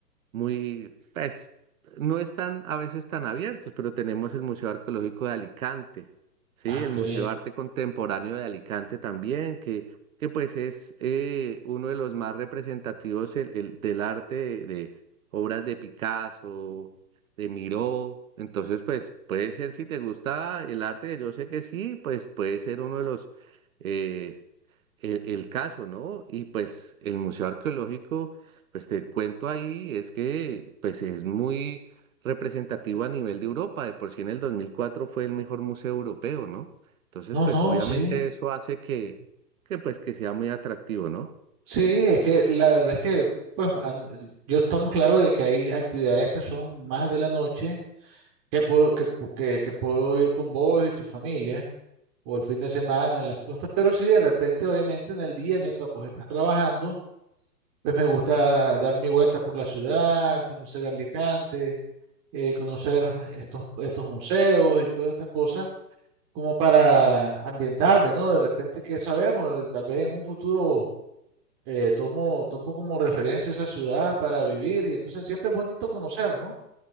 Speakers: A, on the right (about 55°); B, on the right (about 30°).
A: muy, pues, no están a veces tan abiertos, pero tenemos el Museo Arqueológico de Alicante, ¿sí?
B: Ah,
A: El
B: qué
A: Museo
B: bien.
A: de Arte Contemporáneo de Alicante también, que, que pues es eh, uno de los más representativos el- el- del arte de, de obras de Picasso, de Miró. Entonces, pues puede ser, si te gusta el arte, que yo sé que sí, pues puede ser uno de los, eh, el el caso, ¿no? Y pues el Museo Arqueológico. Pues te cuento ahí, es que pues es muy representativo a nivel de Europa, de por sí en el 2004 fue el mejor museo europeo, ¿no? Entonces,
B: No,
A: pues
B: no,
A: obviamente
B: sí.
A: eso hace que, que pues que sea muy atractivo, ¿no?
B: Sí, es que la verdad es que, pues, an- yo estamos claros de que hay actividades que son más de la noche, que puedo, que, pu- que, que puedo ir con vos y tu familia, o el fin de semana, las cosas, pero si de repente, obviamente, en el día, mientras pues estás trabajando, pues me gusta dar mi vuelta por la ciudad, conocer Alicante, eh, conocer estos, estos museos y todas estas cosas, como para ambientarme, ¿no? De repente, que sabemos? Tal vez en un futuro eh, tomo, tomo como referencia esa ciudad para vivir y entonces siempre es bonito conocer, ¿no?